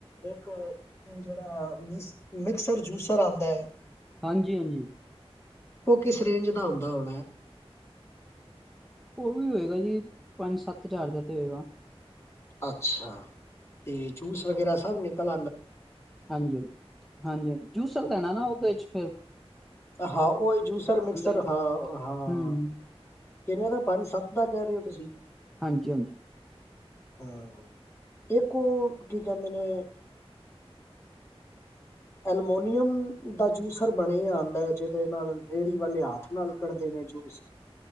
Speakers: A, on the left (about 25°); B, in the centre.
A: ਇੱਕ ਜਿਹੜਾ ਮਿਕਸਰ -ਜੂਸਰ ਆਉਂਦਾ ਹੈ।
B: ਹਾਂਜੀ -ਹਾਂਜੀ।
A: ਉਹ ਕਿਸ ਰੇਂਜ ਦਾ ਹੁੰਦਾ ਹੋਣਾ।
B: ਉਹ ਵੀ ਹੋਏਗਾ ਜੀ, ਪੰਜ ਸੱਤ -ਹਜ਼ਾਰ ਦਾ ਤੇ ਹੋਏਗਾ।
A: ਅੱਛਾ, ਤੇ ਜੂਸ ਵਗੈਰਾ ਸਭ ਨੇ, ਕੱਲ
B: ਹਾਂਜੀ ਹਾਂਜੀ ਹਾਂਜੀ ਹਾਂਜੀ, ਜੂਸਰ ਦੇਣਾ ਨਾ ਉਹਦੇ ਚ ਹੂੰ,
A: ਹਾਂ ਉਹ ਜੂਸਰ ਮਿਕਸਰ
B: ਐ।
A: ਹਾਂ-ਹਾਂ
B: ਹੂੰ,
A: ਕਿਨੇ ਦਾ ਪੰਜ ਸੱਤ, ਕਿਦਾਂ ਕਹਿ ਰਹੇ ਹੋ ਤੁਸੀਂ?
B: ਹਾਂਜੀ ਹਾਂਜੀ,
A: ਹਾਂ ਇੱਕ ਕੀ ਕਹਿੰਦੇ ਨੇ ਅਲਮੋਨੀਅਮ ਦਾ ਜੂਸਰ ਬਣੇ ਹਨ। ਜਿਹਦੇ ਨਾਲ ਰੇਹੜੀ ਵਾਲੇ ਹੱਥ ਨਾਲ ਕੱਢਦੇ ਨੇ ਜੂਸ